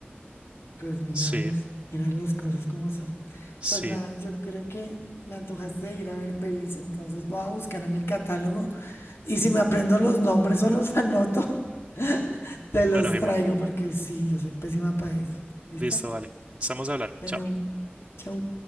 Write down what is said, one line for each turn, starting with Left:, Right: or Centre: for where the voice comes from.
Left: pues mira,
Right: Sí,
Left: ves, mira las cosas como son.
Right: sí.
Left: Pues nada, yo creo que me antojaste de ir a ver pelis, entonces voy a buscar en el catálogo y si me aprendo los nombres o los anoto, <laughs> te los
Right: Bueno, Jimen,
Left: traigo porque sí, yo soy pésima para eso. ¿Listo?
Right: listo, vale. Estamos hablando.
Left: Bueno,
Right: Chao.
Left: chau.